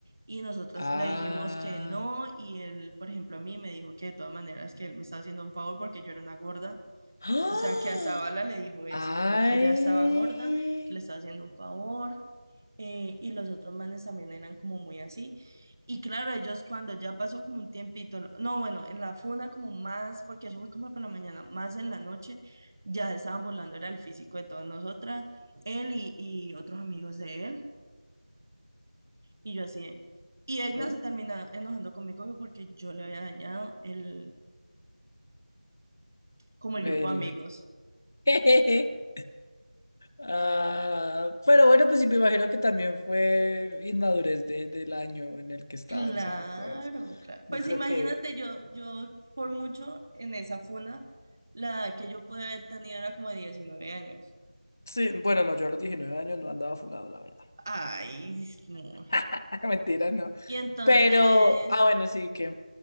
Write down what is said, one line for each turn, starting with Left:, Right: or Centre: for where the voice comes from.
Right: y nosotras
Left: Ah.
Right: le dijimos que no y él, por ejemplo, a mí me dijo que de todas maneras que él me estaba haciendo un favor porque yo era una gorda.
Left: <gasps> ¡Ah!
Right: O sea, que a Zavala le dijo eso,
Left: Ay.
Right: o sea, que ella estaba gorda, que le estaba haciendo un favor eh, y los otros manes también eran como muy así. Y claro, ellos cuando ya pasó como un tiempito, lo- no, bueno, en la funa como más, porque eso fue como para la mañana, más en la noche, ya se estaban burlando, era el físico de todas nosotras, él y, y otros amigos de él, y yo así. de- Y Egna
Left: No,
Right: se termina enojando conmigo porque yo le había dañado el, como el
Left: el...
Right: grupo de amigos.
Left: <laughs> Ah, pero bueno, pues sí, me imagino que también fue inmadurez de, del año en el que estaban,
Right: Claro,
Left: ¿sabes? Pues,
Right: claro.
Left: no
Right: Pues
Left: creo
Right: imagínate,
Left: que...
Right: yo, yo por mucho en esa funa, la que yo pude haber tenido era como de 19 años.
Left: Sí, bueno, no, yo a los 19 años no andaba fulado, la verdad.
Right: Ay, no.
Left: <laughs> Mentira, no.
Right: Y entonces,
Left: Pero, ah, bueno, sí que